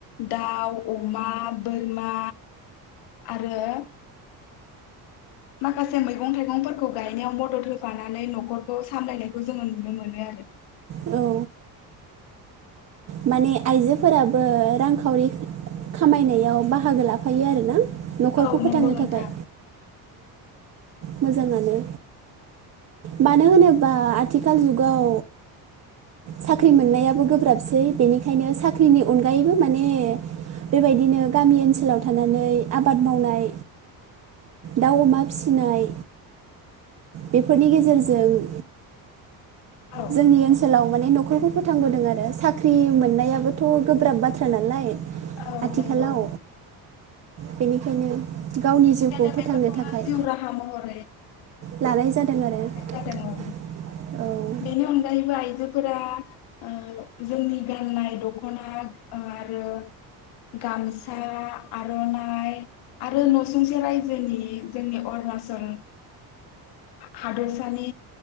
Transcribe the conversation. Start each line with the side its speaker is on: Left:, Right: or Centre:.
Left: दाव, अमा, बोरमा आरो माखासे मैगं थाइगंफोरखौ गायनायाव मदद होफानानै न'खरखौ सामलायनायखौ जोंङो नुनो मोनो आरो।
Right: औ माने आइजोफोराबो रांखावरि खामायनायाव बाहागो लाफायो आरोना? न'खरखौ
Left: आरो औ
Right: फोथांनो
Left: नंगौ नोंथां
Right: थाखाय। मोजांङानो, मानो होनोबा आथिखाल जुगाव साख्रि मोननायाबो गोब्राबसै। बेनिखायनो साख्रिनि अनगायैबो माने बेबायदिनो गामि ओनसोलाव थानानै आबाद मावनाय, दाव, अमा फिसिनाय बेफोरनि गेजेरजों
Left: औ
Right: जोंनि ओनसो सोलाव माने न'खरखौ फोथांबोदों आरो साख्रि मोननायाबोथ' गोब्राब बाथ्रा नालाय।
Left: औ
Right: आथिखालाव
Left: नंगौ।
Right: बेनिखायनो गावनि
Left: बेनिखायनो
Right: जिउखौ फोथांनो
Left: बेफोरखौनो
Right: थाखाय
Left: जिउ राहा महरै
Right: लानाय जादों
Left: लानाय
Right: आरो।
Left: जादों औ
Right: औ
Left: बेनि अनगायैबो आइजोफोरा ओ जोंनि गाननाय दख'ना ओ आरो गामसा, आर'नाइ आरो न'सुंसे रायजोनि जोंनि अरुनाचल हादरसानि